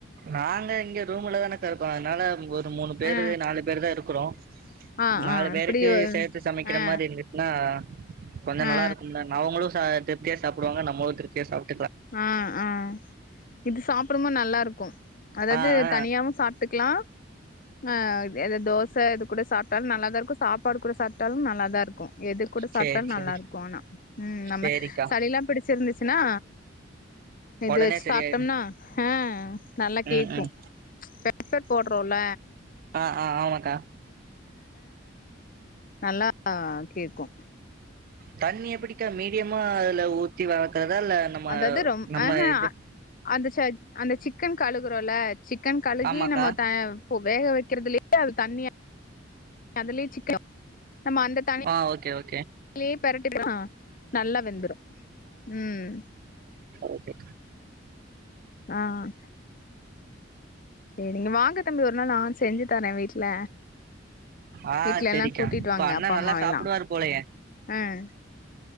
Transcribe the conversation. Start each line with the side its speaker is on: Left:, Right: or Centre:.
Right: நாங்க இங்க ரூம்ல தானக்கா இக்கோ அத்னால இங்க ஒரு தோ மூணு பேரு
Left: ஆ
Right: நாலு பேரு தா இருக்குறோ
Left: ஆ
Right: நாலு
Left: ஆ
Right: பேருக்கு
Left: இப்டி
Right: சேத்து சமைக்கிற
Left: ஆ
Right: மாரி இருந்துச்சுன்னா கொஞ்சோ நல்லா
Left: ஆ
Right: இருக்கும்ல ந அவங்களு சா திருப்தியா சாப்புடுவாங்க நம்மளு திருப்தியா சாப்
Left: அ அ இது சாப் அப்றமு நல்லா இருக்கு அதாவ்து
Right: ஆ ஆ
Left: தனியாவு சாப்ட்டுக்லா ஆஹ் எது தோச எது கூட சாப்ட்டாலு நல்லாதா இருக்கு சாப்பாடு கூட சாப்ட்டாலு நல்லாதா இருக்கு எதுகூட சாப்ட்டாலு
Right: சேரி
Left: நல்லா
Right: சேரி
Left: இருக்கு ஆனா உம் நம்ம
Right: சேரிக்கா
Left: சளிலா பிடிச்சிருந்துச்சுனா இது
Right: ஒடனே
Left: வச்சு
Right: சரியாயிரு
Left: சாப்ட்டம்னா அ நல்லா கேக்கு
Right: ம் ம்
Left: பெப்பர் போட்றோல
Right: ஆஹ் ஆஹ் ஆமாக்கா
Left: நல்லா ஆ கேக்கு
Right: தண்ணி எப்டிக்கா மீடியமா அதுல ஊத்தி வதக் தெடல்ல நம்ம
Left: அதாவது ரொம்
Right: நம்ம
Left: ஆஹ
Right: இது
Left: அந்த ச அந்த சிக்கன் கழுகுறோல சிக்கன் கழுகி
Right: ஆமாக்கா
Left: நம்ம ட போ வேக வைக்கிறதுலே அது தண்ணியா அதுலே சிக்கன் நம்ம அந்த தண்ணி
Right: ஆஹ் ஓகே ஓக்
Left: லே பெரட்டிற்லா நல்லா வெந்துரு உம்
Right: ஓகே
Left: ஆஹ் சேரிங்க வாங்க தம்பி ஒரு நாள் ஆன்ஸ் செஞ்சு தரே வீட்ல
Right: ஆ
Left: வீட்லலா
Right: சரிக்கா
Left: கூட்டிட்டு
Right: இப்ப
Left: வாங்க
Right: அண்ணா
Left: அப்பாம்மாவெல்லா
Right: நல்லா சாப்பிடுவாரு போலயே
Left: ஆஹ்